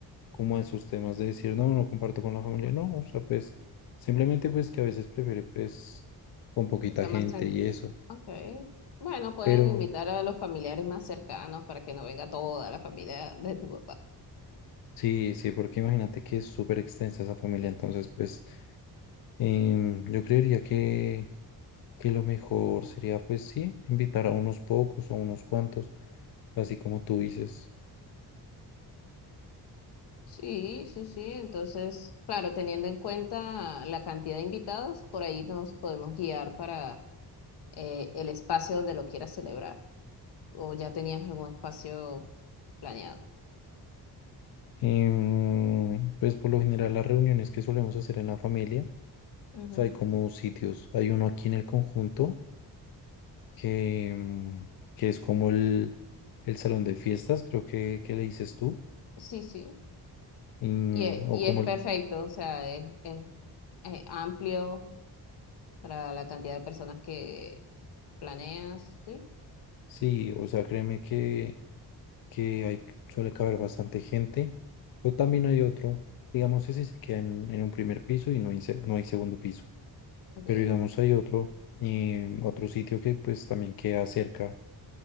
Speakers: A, on the left; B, on the left.
A: como a esos temas de decir, no, no comparto con la familia, no, o sea, pues simplemente pues que a veces prefiere pues con poquita
B: sea más
A: gente
B: tranquilo.
A: y eso,
B: Ok, bueno, pueden
A: pero
B: invitar a los familiares más cercanos para que no venga toda la familia de tu papá.
A: sí, sí, porque imagínate que es súper extensa esa familia, entonces pues em, yo creería que, que lo mejor sería pues sí, invitar a unos pocos o a unos cuantos, así como tú dices.
B: Sí, sí, sí. Entonces, claro, teniendo en cuenta la cantidad de invitados, por ahí nos podemos guiar para eh, el espacio donde lo quieras celebrar. O ya tenías algún espacio planeado.
A: Em, pues por lo general las reuniones que solemos hacer en la familia, o
B: Ujú.
A: sea, hay como sitios, hay uno aquí en el conjunto que, mm, que es como el, el salón de fiestas, creo que, que le dices tú,
B: Sí, sí.
A: mm,
B: Y, e-
A: o
B: y
A: como
B: es
A: el,
B: perfecto, o sea, es, es- es amplio para la cantidad de personas que planeas, ¿sí?
A: sí, o sea, créeme que, que hay, suele caber bastante gente, o también hay otro, digamos, ese se queda en, en un primer piso y no hay, se- no hay segundo piso,
B: Ok.
A: pero digamos hay otro, eh, otro sitio que pues también queda cerca,